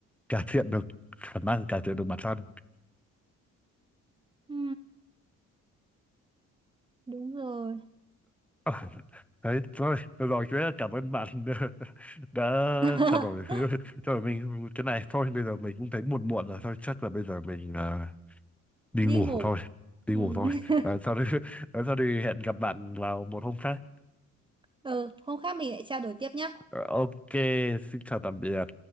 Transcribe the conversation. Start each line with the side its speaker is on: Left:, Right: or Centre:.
Centre: cải thiện được khả năng cải thiện được bản thân
Right: ừ đúng rồi
Centre: Ờ, Đấy, thôi, được rồi, chú rất cảm ơn bạn <laughs> đã
Right: <laughs>
Centre: trao đổi <laughs> cho mình cái này. Thôi, bây giờ mình cũng thấy muộn muộn rồi. Thôi, chắc là bây giờ mình à, đi
Right: đi
Centre: ngủ
Right: ngủ
Centre: thôi. Đi
Right: ừ.
Centre: ngủ thôi.
Right: <laughs>
Centre: À, sau đó, <laughs> sau đó thì hẹn gặp bạn vào một hôm khác.
Right: ừ hôm khác mình lại trao đổi tiếp nhá
Centre: Ờ, Ok, xin chào tạm biệt.